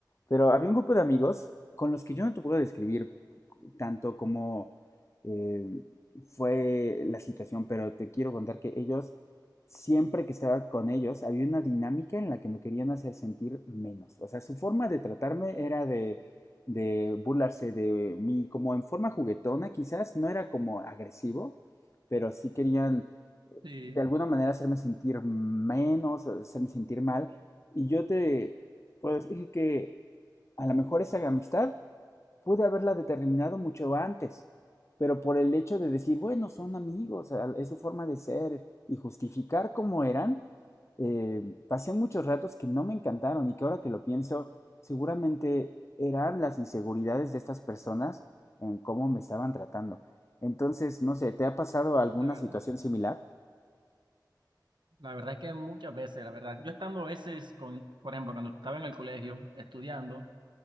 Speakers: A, on the left (about 40°); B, on the right (about 80°).
A: pero había un grupo de amigos con los que yo no te puedo describir tanto como eh, fue la situación, pero te quiero contar que ellos, siempre que estaba con ellos, había una dinámica en la que me querían hacer sentir menos. O sea, su forma de tratarme era de, de burlarse de mí, como en forma juguetona quizás, no era como agresivo pero sí querían eh,
B: Sí,
A: de alguna manera hacerme sentir menos, hacerme sentir mal. Y yo te puedo decir que a lo mejor esa amistad pude haberla determinado mucho antes, pero por el hecho de decir, bueno, son amigos, es su forma de ser y justificar cómo eran, eh, pasé muchos ratos que no me encantaron y que ahora que lo pienso, seguramente eran las inseguridades de estas personas en cómo me estaban tratando. Entonces, no sé, ¿te ha pasado alguna
B: la verdad.
A: situación similar?
B: La verdad es que muchas veces, la verdad, yo estando a veces con, por ejemplo, cuando estaba en el colegio estudiando,